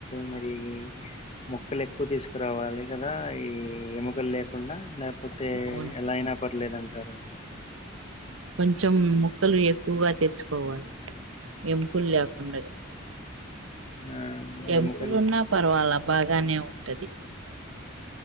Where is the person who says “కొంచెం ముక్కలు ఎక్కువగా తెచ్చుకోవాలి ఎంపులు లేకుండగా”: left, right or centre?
Right